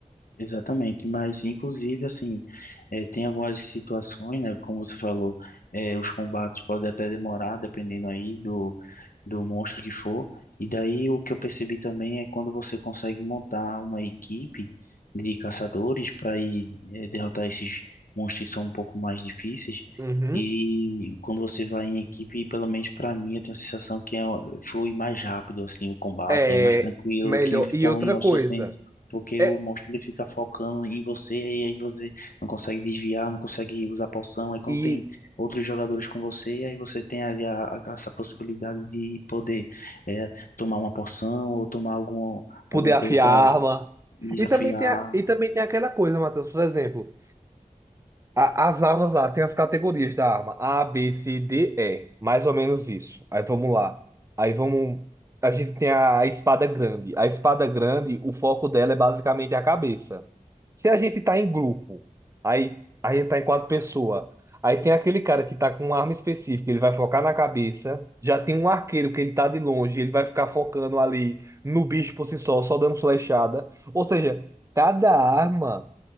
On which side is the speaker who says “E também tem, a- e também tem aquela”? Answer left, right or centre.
Right